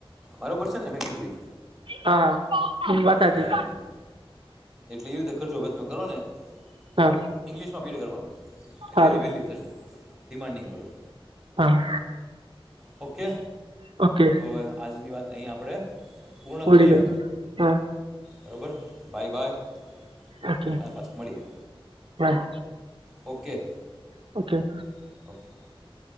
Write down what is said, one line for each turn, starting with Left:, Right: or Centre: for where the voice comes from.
Centre: બરોબર છે ને, મેં કીધું એ.
Right: હા વાત સાચી
Centre: હા, એ બે બેન એટલે એવી રીતે કરજો, હવે તમે કરો ને.
Right: હા
Centre: તો ઈંગ્લિશમાં પીડ કરવાનું, એટલે
Right: સારું
Centre: એની વેલ્યુ થશે, ડિમાન્ડિંગ વાળું.
Right: હા.
Centre: ઓકે
Right: ઓકે
Centre: તો હવે આજની વાત અહીં આપણે પૂર્ણ
Right: પૂરી
Centre: કરીએ.
Right: કરી હા
Centre: બરોબર બાય બાય
Right: ઓકે
Centre: પાછા મળીએ
Right: બાય
Centre: ઓકે
Right: ઓકે
Centre: <inaudible>